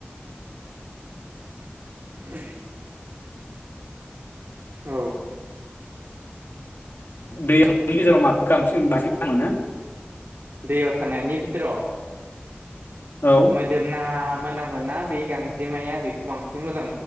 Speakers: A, on the right (about 65°); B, on the left (about 60°).
A: <unintelligible> औ
B: दैनि गेजेराव माखौ <unintelligible> बांसिन मोनो
A: दैयाव थानायनि बिथोराव
B: औ
A: मोदोमना मोनामोना बै गांजेमाया बेखौ बांसिन मो